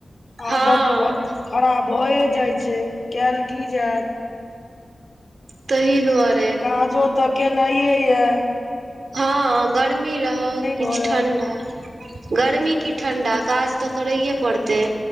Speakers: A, on the right (about 80°); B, on the left (about 50°).
A: हँ
B: आदत घ खराब भए जाइ छै कल की जायत।
A: तहि दुआरे।
B: काजो तऽ केनाये यै।
A: ह गर्मी रहौ किछ
B: भरत
A: ठण्डा। गर्मी की ठण्डा काज तऽ करैए पड़तै।